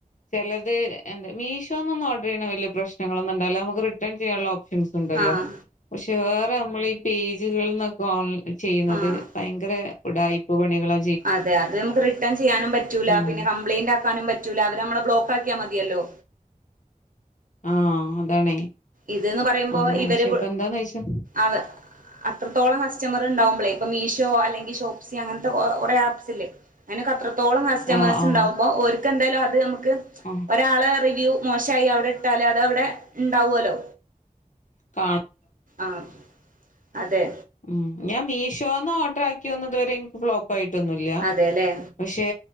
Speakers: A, on the left; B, on the right.
A: ചിലത് എന്ത മീഷോന്ന് ഒന്നും ഓർഡർ ചെയ്യണ വലിയ പ്രശ്നങ്ങളൊന്നുണ്ടാവലില്ലാ നമുക്ക് റിട്ടേൺ ചെയ്യാനുള്ള ഓ ഉണ്ടല്ലോ
B: ആഹ്
A: പക്ഷേേ <unintelligible> നമ്മളീ പേജുകളിൽന്നൊക്കെ ഓ ചെയ്യുന്നത്
B: ആഹ്
A: ഭയങ്കര ഉടായിപ്പ് പണികളെ
B: അതെ അത് നമുക്ക് റിട്ടേൺ ചെയ്യാനും പറ്റൂല
A: ഉം
B: പിന്നെ കംപ്ലൈന്റ് ആക്കാനും പറ്റൂല അവര് നമ്മെ ബ്ലോക്ക് ആക്കിയാ മതിയല്ലോ
A: ആഹ് അതാണേ.
B: ഇത്ന്ന് പറയുമ്പോ
A: അങ്ങനെ
B: ഇവര്
A: പക്ഷെ ഇപ്പ എന്താന്ന് വെച്ചാ
B: അവ അത്രത്തോളം കസ്റ്റമർ ഉണ്ടാകുമ്പോളേ ഇപ്പൊ മീഷോ അല്ലെങ്കിൽ ഷോപ്സി അങ്ങനത്തെ കുറെ ആപ്സ്സില്ലേ അതിനൊക്കെ അത്ര ത്തോളം കസ്റ്റമേഴ്സ്
A: ആഹ് ആഹ്
B: ഉണ്ടാവുമ്പോൾ ഓരു എന്തായാലും അത് ക്ക്
A: ആഹ്
B: ഒരാളെ റിവ്യൂ മോശായി അത് അവിടെ ഇട്ടാലതവിടെ ഉണ്ടാവുമല്ലോ
A: കാണ
B: ആഹ് അതെ.
A: ഉം ഞാൻ മീഷോന്ന് ഓർഡർ ആക്കി വന്നത് വരെ എനിക്ക് ബ്ലോ കുഴപ്പായിട്ടൊന്നുമില്ല
B: അതെല്ലേ
A: പക്ഷേ